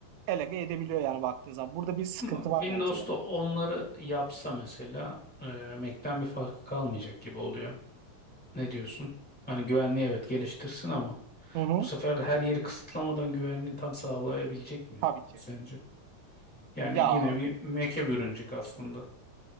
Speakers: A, on the right (about 80°); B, in the centre.
A: elege edebiliyor yani baktığın zaman. Burada bir sıkıntı
B: Ama
A: var
B: Windows'ta
A: bence yani.
B: onları yapsa mesela e, Mac'ten bir farkı kalmayacak gibi oluyor. Ne diyorsun? Hani güvenliği evet geliştirsin ama
A: Hı hı,
B: bu sefer de her yeri kısıtlamadan güvenliğini tam sağlayabilecek mi
A: tabii ki.
B: sence? Yani
A: Ya
B: yine bir Mac'e bürünecek aslında.